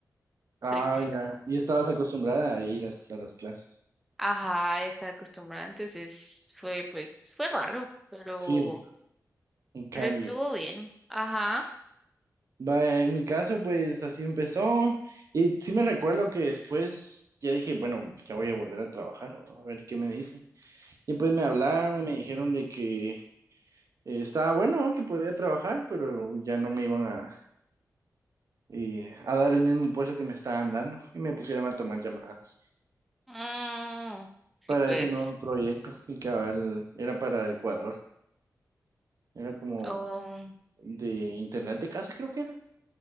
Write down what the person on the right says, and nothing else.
ah,
ya. Y estabas acostumbrada a ir hasta las clases.
Sí, en cambio.
Va, en mi caso, pues así empezó. Y sí me recuerdo que después ya dije, bueno, ya voy a volver a trabajar, a ver qué me dicen. Y pues me hablaron y me dijeron de que Eh, estaba bueno ¿no? que podía trabajar, pero ya no me iban a, eh, a dar el mismo puesto que me estaban dando y me pusieron a tomar llamadas
para
ese nuevo proyecto y cabal era para Ecuador, era como
de internet de casa creo que era,